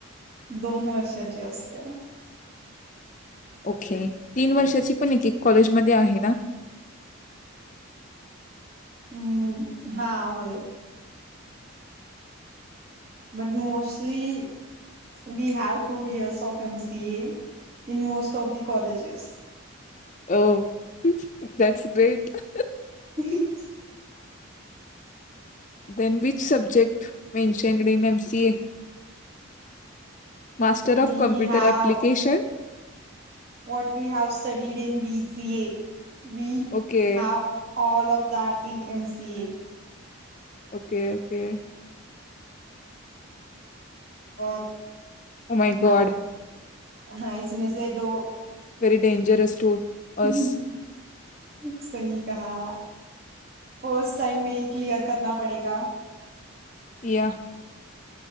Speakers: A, on the right; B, on the left.
A: दोन वर्षाची असत्या.
B: ओके तीन वर्षाची पण एक एक कॉलेजमध्ये आहे ना.
A: हम्म, हा होय. But mostly we have two years of M C A in most of the colleges.
B: Oh that great.
A: <unintelligible>
B: Than which subject mentioned in M C A. Master
A: we
B: of computer
A: have
B: application.
A: What we have studied in B C A. We
B: okay
A: have all of that in M C A. <unintelligible>
B: Okay okay
A: <unintelligible>
B: <unintelligible>
A: हा हा इसमे से दो
B: very dangerous to
A: <unintelligible>
B: अस
A: सही कहा first time मे ही clear करना पडेगा.
B: Yeah